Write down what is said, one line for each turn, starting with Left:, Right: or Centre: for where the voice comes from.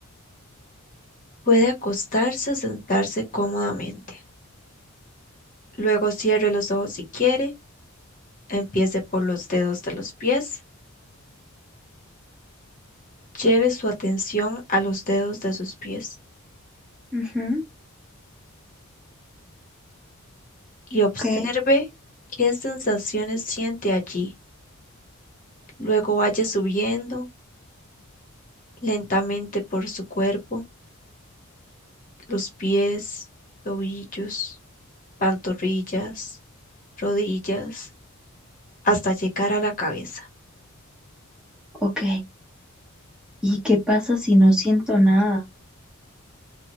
Left: Puede acostarse o sentarse cómodamente. Luego cierre los ojos si quiere, empiece por los dedos de los pies, lleve su atención a los dedos de sus pies
Centre: Ujú,
Left: y observe
Centre: ok,
Left: qué sensaciones siente allí. Luego vaya subiendo lentamente por su cuerpo, los pies, tobillos, pantorrillas, rodillas, hasta llegar a la cabeza.
Centre: ok. ¿Y qué pasa si no siento nada?